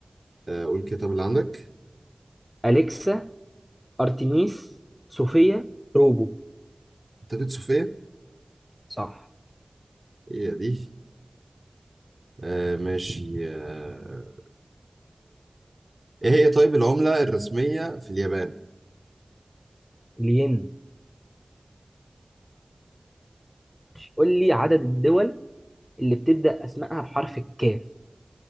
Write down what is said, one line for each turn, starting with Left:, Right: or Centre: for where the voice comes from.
Right: آه، قول كده طب اللي عندك
Left: اليكسا ارتميس صوفيا روبو
Right: كتابة صوفيا
Left: صح
Right: هي دي آه، ماشي آه، ايه هي طيب العملة الرسمية في اليابان؟
Left: لين قول لي عدد الدول اللي بتبدا اسمائها بحرف الكاف